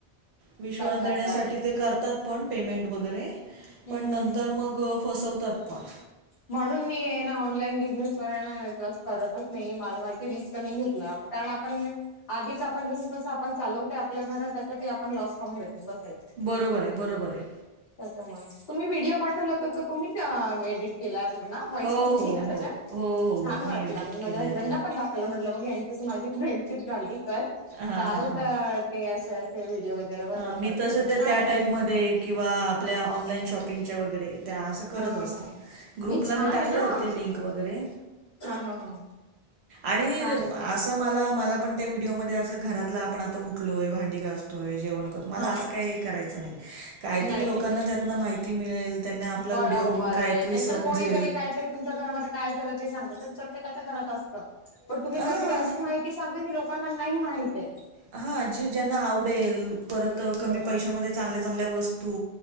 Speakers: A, on the right (about 80°); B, on the left (about 65°).
A: विश्वास
B: करतात
A: देण्यासाठी ते करतात पण पेमेंट वगैरे
B: हम्म
A: पण नंतर
B: हम्म हम्म
A: मग फसवतात पण.
B: म्हणून मी आहे ना ऑनलाईन बिझनेस वर हाय ना ट्रस्ट करतच नाही माला माहिती रिस्क नाही घेतला आप कारण आपण आधीच आपण जस तस आपण चालवतय आपल्या घर आणि त्याच्यात आपण लॉस खाऊन भेटो बसायच.
A: बरोबर आय बरोबर आय.
B: त्याच्यामुळे, तुम्ही व्हिडिओ पाठवला तर तो तुम्हीच एडिट केलाय पूर्ण? व्हॉईस
A: हो
B: तुमची
A: हो
B: ना त्याच्यात
A: हो हो हो
B: छान
A: मी
B: वाटला
A: एडिट
B: माझ्या
A: केलाय
B: हसबंड
A: तो.
B: ला पण दाख म्हटलं ब यांच्याशी माझी फ्रेंडशिप झाली कल
A: हां
B: काल
A: हां
B: तर ते असे असे व्हिडिओ वगैरे बनवतात
A: ह मी तस
B: म्हणे
A: त्या
B: छान
A: त्या टाईपमध्ये किंवा आपल्या
B: हा हा
A: ऑनलाईन शॉपिंगच्या वगैरे त्या असं करत
B: हा
A: असते
B: हा
A: ग्रुपला
B: छान
A: मी टाकल्या
B: आहे ना
A: होते
B: हा
A: लिंक वगैरे,
B: हा हा
A: आणि
B: छान आहे
A: असं
B: छान
A: मला मला पण त्या व्हिडिओमध्ये असं घरातला आपण आता उठलोय, भांडी घासतोय, जेवण करतो मला
B: हा
A: असं काही करायचं नाही, काहीतरी
B: नाही
A: लोकांना
B: नाही
A: त्यातनं माहिती मिळेल त्यांना आपला
B: बरं
A: व्हिडिओ
B: उभार
A: बघून काहीतरी
B: आहे नाहीतर
A: समजेल.
B: कोणीतरी काहीतरी तुमच्या घरामध्ये काय झालं ते सांगत ते प्रत्येकाच्या घरात असतं. पण तुम्ही
A: हा
B: काहीतरी अशी माहिती सांगता जी लोकांना नाही माहित आहे.
A: हा जी ज्यांना आवडेल परत कमी
B: बरोबर
A: पैशामध्ये चांगल्या चांगल्या वस्तू